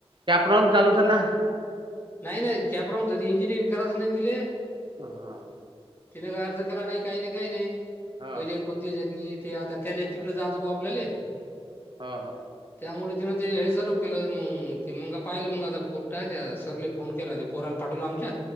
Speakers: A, on the right; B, on the left.
A: कॅप राऊंड चालू सर ना.
B: नाही नाही इंजिअरिंग करायच नाही त दिले.
A: ह ह.
B: तिने काही अर्ज केला नाही काही नाही काही नाही
A: ह
B: पहिले कोणती जतनी ते आता त्या तिकडे जातं बा आपल्याला
A: हा हा.
B: त्यामुळे तिनं ते हे सर्व केलं मग ते मग पाहिलं मग आता पोट्ट आहे त्या सरले. फोन केला पोराला पाठवलं आमच्या